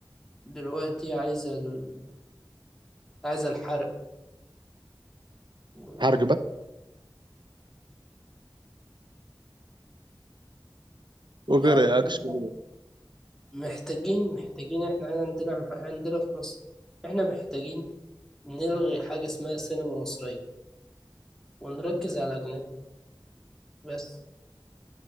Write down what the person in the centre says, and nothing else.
دلوقتي عايزة ال... عايزة الحرق و-
يعني إحنا
محتاجين محتاجين إحنا عندنا عندنا في مصر إحنا محتاجين نلغي حاجة اسمها سينما مصرية ونركز على أجنبي بس